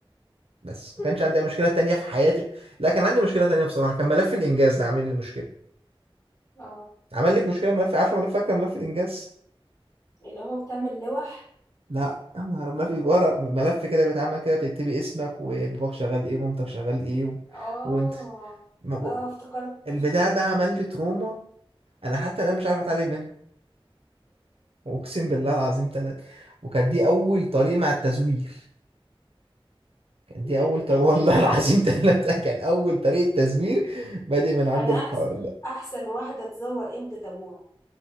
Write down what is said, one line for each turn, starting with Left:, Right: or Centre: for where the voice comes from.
Right: بس
Left: <laughs>
Right: ما كانش عندي أي مشكلة تانية في حياتي لا كان عندي مشكلة تانية بصراحة كان ملف الإنجاز ده عامل لي مشكلة
Left: اه
Right: عمل لك مشكلة ملف عارفة ملف فاكرة ملف الإنجاز
Left: اللي هو بتعمل لوح
Right: لا يا نهار ما في ورق ملف كده بيتعمل كده بتكتبي اسمك وباباك شغال ايه ومامتك شغال ايه و...
Left: اه
Right: وانت ما بق...
Left: اه افتكرته
Right: البتاع
Left: افتكرته
Right: ده عمل لي تروما انا حتى انا مش عارف اتعالج منها اقسم بالله العظيم ثلاثة وكان دي اول طريقة مع التزوير كان
Left: <laughs>
Right: دي اول طريقة والله <laughs> العظيم ثلاثة كان اول طريقة تزوير بادئ من عند
Left: انا
Right: الحوار
Left: احسن
Right: ده
Left: احسن واحده تزور قيمه ابوها